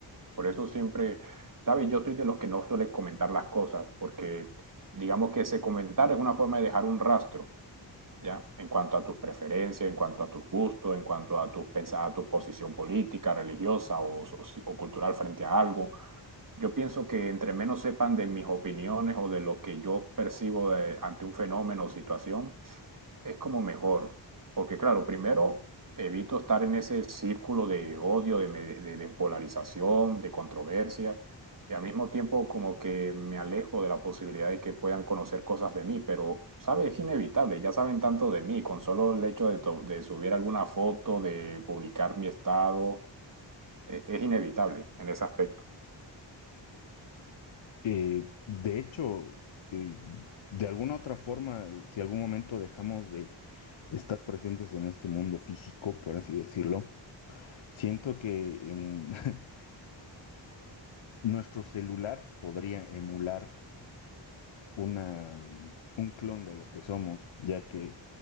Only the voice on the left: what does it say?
Eh, de hecho, eh, de alguna otra forma, eh, si algún momento dejamos de estar presentes en este mundo físico, por así decirlo, siento que en, <laughs> Nuestro celular podría emular una, un clon de lo que somos, ya que